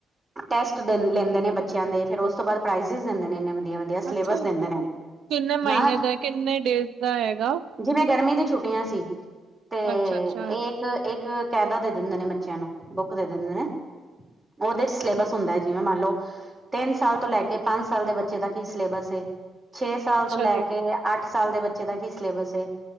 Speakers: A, on the right; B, on the right.
A: ਟੈਸਟ ਲੈਂਦੇ ਨੇ ਬੱਚਿਆਂ ਦੇ ।ਫਿਰ ਉਸ ਤੋਂ ਬਾਅਦ ਪ੍ਰਾਈਜਜ਼ ਦਿੰਦੇ ਨੇ, ਇੰਨੇ ਵਧੀਆ- ਵਧੀਆ। ਸਿਲੇਬਸ
B: ਅੱਛਾ ਜੀ,
A: ਦਿੰਦੇ ਨੇ
B: ਕਿੰਨੇ ਮਹੀਨੇ
A: ਹਾਂ
B: ਦਾ ਕਿੰਨੇ ਡੇਜ ਦਾ ਹੈਗਾ?
A: ਜਿਵੇਂ, ਗਰਮੀ ਦੀ ਛੁੱਟੀਆਂ ਸੀ, ਤੇ
B: ਅੱਛਾ ਅੱਛਾ
A: ਇੱਕ -ਇੱਕ। ਕਾਇਦਾ ਦੇ ਦਿੰਦੇ ਨੇ ਬੱਚਿਆਂ ਨੂੰ, ਬੁੱਕ ਦੇ ਦਿੰਦੇ ਨੇ। ਉਹਦੇ ਚ ਸਿਲੇਬਸ ਹੁੰਦਾ ਹੈ। ਜਿਵੇਂ-ਮੰਨ ਲਓ ਤਿੰਨ ਸਾਲ ਤੋਂ ਲੈ ਕੇ ਪੰਜ ਸਾਲ ਦੇ ਬੱਚੇ ਦਾ ਕੀ ਸਿਲੇਬਸ ਛੇ ਸਾਲ
B: ਅੱਛਾ
A: ਤੋਂ ਲੈ
B: ਜੀ
A: ਕੇ ਅੱਠ ਸਾਲ ਦੇ ਬੱਚੇ ਦਾ ਕੀ ਸਿਲੇਬਸ ਹੈ।